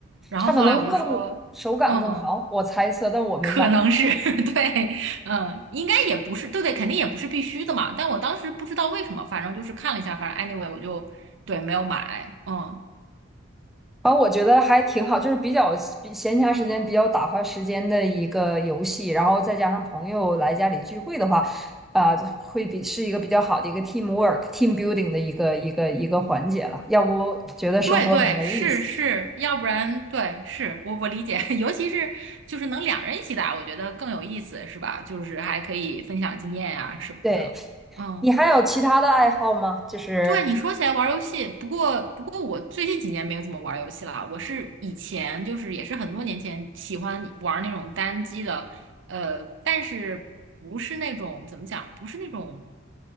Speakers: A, on the right; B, in the centre.
A: 然后后来我就说。
B: 它可能更手感更好，
A: 嗯，
B: 我猜测，但我没买。
A: 可能是 <laughs> 对，嗯，应该也不是，对对，肯定也不是必须的嘛。但我当时不知道为什么，反正就是看了一下，反正 anyway 我就对没有买，嗯，
B: 反正我觉得还挺好，就是比较比闲暇时间比较打发时间的一个游戏，然后再加上朋友来家里聚会的话，啊、就会比是一个比较好的一个 team work、team building 的一个一个一个环节了，要不觉得生活很没意思。
A: 对对是是，要不然对是我我理解，<laughs> 尤其是就是能两人一起打，我觉得更有意思，是吧？就是还可以分享经验呀、什么的，
B: 对，
A: 嗯。
B: 你还有其他的爱好吗？就是，
A: 对，你说起来玩儿游戏，不过不过我最近几年没有怎么玩儿游戏了。我是以前就是也是很多年前喜欢玩儿那种单机的，呃，但是不是那种怎么讲，不是那种